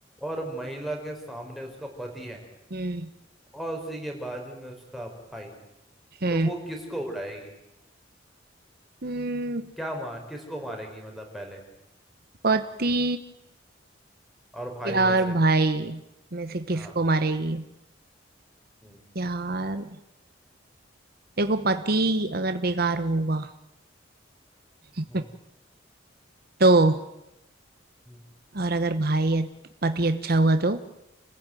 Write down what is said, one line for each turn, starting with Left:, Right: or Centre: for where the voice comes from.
Centre: और महिला के सामने उसका पति है
Right: हम्म
Centre: और उसी के बाजू में उसका भाई
Right: हम्म।
Centre: तो वो किसको उड़ाएगी
Right: हम्म
Centre: क्या मार किसको मारेगी मतलब पहले
Right: पति
Centre: और भाई
Right: यार
Centre: में से
Right: भाई में से किसको
Centre: हाँ
Right: मारेगी
Centre: हम्म,
Right: यार देखो पति अगर बेकार होगा <laughs>
Centre: हम्म,
Right: तो
Centre: हम्म।
Right: और अगर भाई अच- पति अच्छा हुआ तो